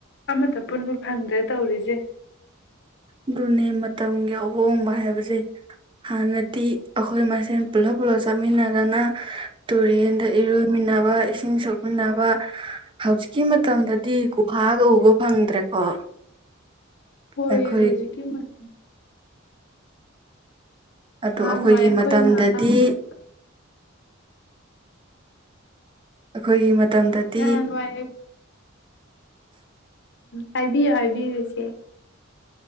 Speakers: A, on the left (about 60°); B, on the right (about 25°).
A: ꯑꯃꯠꯇ ꯄꯨꯟꯕ ꯐꯪꯗ꯭ꯔꯦ ꯇꯧꯔꯤꯁꯦ
B: ꯑꯗꯨꯅꯦ ꯃꯇꯝꯒꯤ ꯑꯍꯣꯡꯕ ꯍꯥꯏꯕꯁꯦ ꯍꯥꯟꯅꯗꯤ ꯑꯩꯈꯣꯏ ꯃꯁꯦꯟ ꯄꯨꯂꯞ ꯄꯨꯂꯞ ꯆꯥꯃꯤꯟꯅꯗꯅ ꯇꯨꯔꯦꯟꯗ ꯏꯔꯣꯏꯃꯤꯟꯅꯕ ꯏꯁꯤꯡ ꯁꯣꯛꯃꯤꯟꯅꯕ ꯍꯧꯖꯤꯛꯀꯤ ꯈꯤꯇꯪꯗꯗꯤ ꯒꯨꯍꯥꯒ ꯎꯕ ꯐꯪꯗ꯭ꯔꯦꯀꯣ
A: ꯍꯣꯏ
B: ꯑꯩꯈꯣꯏ
A: ꯍꯧꯖꯤꯛꯀꯤꯗꯤ
B: ꯑꯣ
A: ꯅꯍꯥꯟꯋꯥꯏ
B: ꯑꯩꯈꯣꯏꯒꯤ
A: ꯑꯩꯈꯣꯏꯅ
B: ꯃꯇꯝꯗꯗꯤ
A: ꯑꯉꯥꯡ ꯑꯣꯏꯔ
B: ꯑꯩꯈꯣꯏꯒꯤ ꯃꯇꯝꯗꯗꯤ
A: ꯅꯍꯥꯟꯋꯥꯏ ꯍꯥꯏꯕꯤꯌꯨ ꯍꯥꯏꯕꯤꯌꯨꯁꯦ